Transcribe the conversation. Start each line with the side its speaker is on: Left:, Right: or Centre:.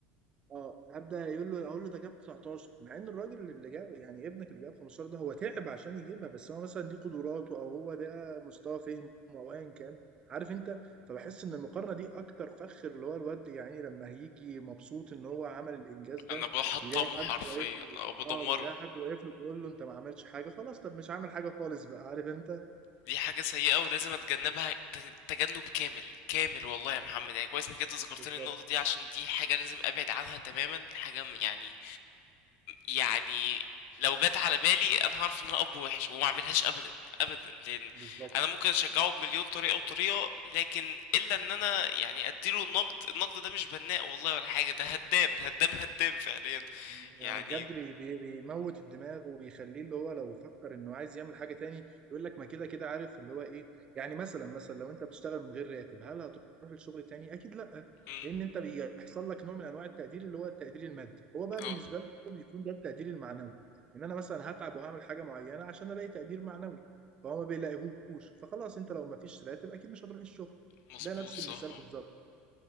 Right: اه ابدا يقول له اقول له ده جاب 19 مع ان الراجل اللي جاب يعني ابنك اللي جاب 15 ده هو تعب عشان يجيبها بس هو مثلا دي قدراته او هو ده مستوى فهمه او ايا كان عارف انت فبحس ان المقارنه دي اكتر فخ اللي هو الواد يعني لما هيجي مبسوط ان هو عمل الانجاز ده
Left: انا بحطمه
Right: يلاقي
Left: حرفيا
Right: حد واقف له
Left: او بدمره
Right: اه بيلاقي حد واقف له بيقول له انت ما عملتش حاجه خلاص طب مش عامل حاجه خالص بقى عارف انت
Left: دي حاجة سيئة ولازم اتجنبها ت- تجنب كامل كامل والله يا محمد يعني كويس انك انت ذكرتني
Right: بالظبط
Left: النقطة دي عشان دي حاجة لازم ابعد عنها تماما حاجة م- يعني يعني لو جت على بالي انا هعرف ان انا اب وحش وما اعملهاش ابدا ابدا لان
Right: بالظبط
Left: انا ممكن اشجعه بمليون طريقة وطريقة لكن الا ان انا يعني اديله النقد النقد ده مش بناء والله ولا حاجة ده هدام هدام هدام فعليا
Right: يعني
Left: يعني
Right: بجد بي بي بيموت الدماغ وبيخليه اللي هو لو فكر انه عايز يعمل حاجه تاني يقول لك ما كده كده عارف اللي هو ايه يعني مثلا مثلا لو انت بتشتغل من غير راتب هل هتروح الشغل تاني اكيد لا
Left: امم
Right: لان انت بيحصل لك نوع من انواع التقدير اللي هو التقدير المادي هو بقى
Left: اه
Right: بالنسبه له بيكون ده التقدير المعنوي ان انا مثلا هتعب وهعمل حاجه معينه عشان الاقي تقدير معنوي فهو ما بيلاقيهوش فخلاص انت لو ما فيش راتب اكيد مش هتروح الشغل
Left: مظبوط
Right: ده نفس
Left: صح
Right: المثال بالظبط